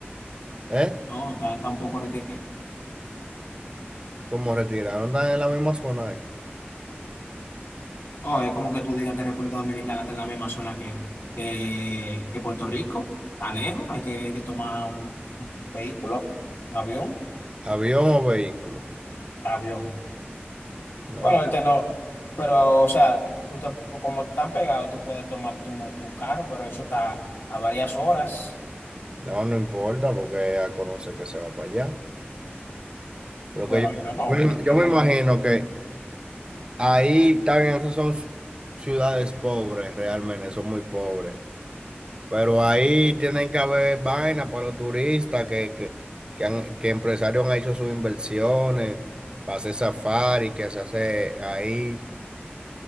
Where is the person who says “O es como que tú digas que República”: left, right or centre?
Left